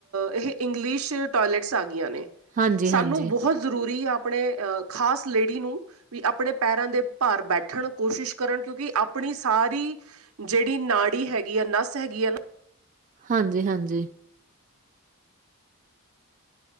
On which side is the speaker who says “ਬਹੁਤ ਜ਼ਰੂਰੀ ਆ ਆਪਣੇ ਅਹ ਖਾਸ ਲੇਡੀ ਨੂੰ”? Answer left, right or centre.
Right